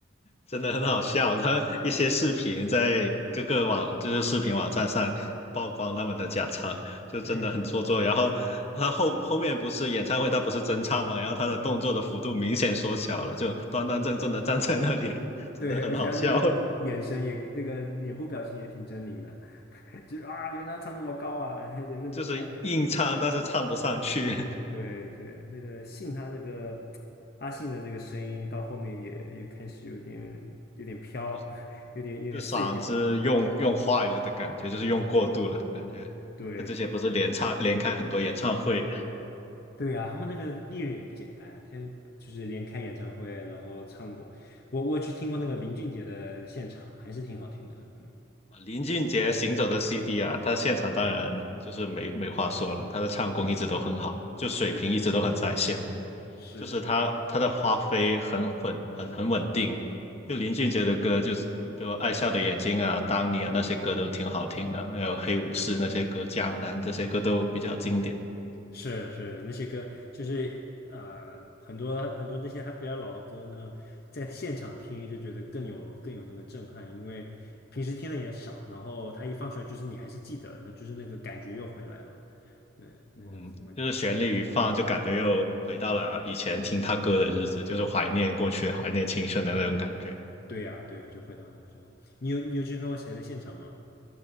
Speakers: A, on the left; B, on the left.
A: 真的很好笑，他一些视频在各个网，就是视频网站上曝光他们的假唱，就真的很做作。
B: 对呀，
A: 然后他后后面不是演唱会，他不是真唱嘛，然后他的动作的幅度明显缩小了，就端端正正的站在那里，真的很好笑。
B: 对，而且他那个眼神也，那个脸部表情也挺狰狞的，<laughs> 就是啊，原来唱这么高啊，还得认真唱啊
A: 就是硬唱，但是唱不上去，
B: 对对，那个信他那个阿信的这个声音到后面也也开始有点有点飘，
A: 就是
B: <laughs> 有点有点碎掉的感觉。
A: 就嗓子用用坏了的感觉，就是用过度了的感觉。
B: 对对。
A: 他之前不是连唱连开很多演唱会，
B: 对呀、他们那个艺人也不简单，他就是连开演唱会，然后唱过，我我去听过那个林俊杰的现场，还是挺好听的。嗯，
A: 林俊杰《行走的 CD》啊，他现场当然就是没没话说了，他的唱功一直都很好，就水平一直都很在线，
B: 是是是，
A: 就是他他的发挥很稳很很稳定。就林俊杰的歌，
B: 嗯，
A: 就是比如《爱笑的眼睛》啊、《当你》啊那些歌都挺好听的，还有《黑武士》那些歌，《江南》这些歌都比较经典。
B: 是是，那些歌就是呃，很多很多那些还比较老的歌呢，在现场听就觉得更有更有那个震撼，因为平时听的也少，然后他一放出来，就是你还是记得，那就是那个感觉又回来了。对，
A: 嗯，
B: 那个氛围特别，
A: 就是旋律一放，就感觉又回到了以前听他歌的日子，就是怀念过去、怀念青春的那种感觉。
B: 对呀、对呀、就回到那时候。你有你有去看过谁的现场吗？